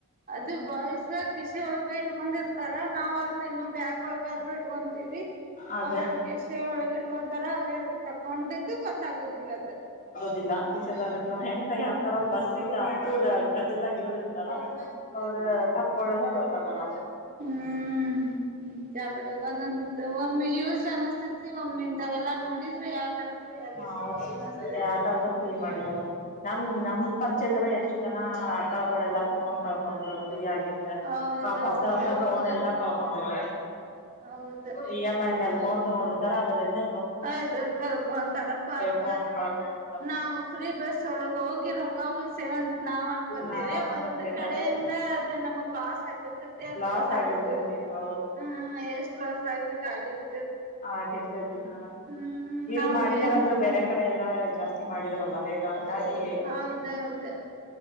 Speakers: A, on the right; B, on the left.
A: ಅದು ಬಾಸ್ರ ಕಸ ಉಳಿದೈತಿ. ಇಟ್ಕೊಂಡಿರ್ತಾರ ನಾವು ಆದ್ರೆ ಇನ್ನೊ ಬ್ಯಾಗ್ ಒಳಗಾದ್ರು ಇಟ್ಕೊಂತೀವಿ.
B: ಅದೇ
A: ಅವರು ಕಿಸೆ ಒಳಗಿಟ್ಕೊಂತರ ಅಲ್ಲೇ ತಕೊಂಡಿದ್ದು ಗೊತ್ತಾಗೋದಿಲ್ಲ ಅದು.
B: ಗಿಲ್ಲ ಕಿಸೇದಾಗ್ ಇಟ್ಕೊಂಡು ಹೆಂಗ್ ಕೈ ಹಾಕ್ತಾರೊ ಬಸ್ಸಗೆ ಹತ್ತೊ ಗದ್ದಲ್ದಾಗ ಇವ್ರು. ತರ ಅವರದ ತಕ್ಕೊಳೋದೆ ಗೊತ್ತಾಗಲ್ಲ.
A: ಹ್ಮ್ಮ್ಮ್ಮ್ಮ್ ಚಾವುಂಡವ ನಂತೂ ಒಮ್ಮೆಯೂಸ್ ಅನಿಸ್ತಿತೆ. ಒಮ್ಮಿಂತಾವೆಲ್ಲಾ ನೋಡಿದ್ರೆ ಯಾಕರ ಫ್ರೀ ಆಗೇದೋ
B: ಹೌದು
A: ಅನಿಸ್ತೈತಿ.
B: ಯಾಕಾದ್ರೂ ಫ್ರೀ ಮಾಡಿದಾರ ನಮ್ ನಮ್ ಪರಿಚಯದವರೇ. ಎು ಜನ ಅಕ್ಕಾಗಳೆಲ್ಲಾ ಫೋನ್ ಕಳ್ಕೊಂಡ್ರು ಫ್ರೀ ಆಗ
A: ಹೌದೌದು
B: ಆ ಹೊಸ ಹೊಸ ಫೋನ್ ಎಲ್ಲಾ ತಕೊಂಡಿದ್ದಾರೆ
A: ಹೌದು
B: ಇ ಎಮ್ ಐ ಮೇಲ್ಲಿ ಫೋನ್ ತಗೊಂಡಿರ್ತಾರ ಅದ್ರಿಂದ
A: ಆಯ್ದುು ಕರ್ಕೊಂತಾರ ಪಾಪ
B: ಫೋನ್ ಕಳ್ಕೊಂಡಿರ್ತಾರ
A: ನಾವು ಫ್ರೀ ಬಸ್ ಒಳಗೆ ಹೋಗಿ ರೊಕ ಉಲ್ಸೇವಂತ ನಾವು ಅನ್ಕೋತೇವಿ
B: ನಾವ್ ಅನ್ಕೊಂತೀವಿ
A: ಒಂದ್ ಕಡೆಯಿಂದ
B: ಅದೇ
A: ಅದು ನಮಗ್ ಲಾಸ್ ಆಗಿರ್ತೈತಿ ಅದು
B: ಲಾಸ್
A: ಗೊತ್ತಾಗೋದ
B: ಆಗಿರ್ತೈತಿ
A: ಇಿಲ್ಲ
B: ಹೌದು
A: ಹ್ಮ್ ಎಷ್ಟ್ ಲೋಸ್ ಆಗ್ಬೇಕ ಆಗರ್ಬ
B: ಹಾಗರ್ತತಾ
A: ಹ್ಮ್
B: ಇಲ್
A: ನಾವು
B: ಮಾಡಿದಾರಂದ್ರೆ
A: ಏನು
B: ಬೇರೆ ಕಡೆ ಎಲ್ಲಾ ಜಾಸ್ತಿ ಮಾಡಿದರಲ್ಲ ರೇಟ್ ಹಂಗಾಗಿ
A: ಹೌದೌದು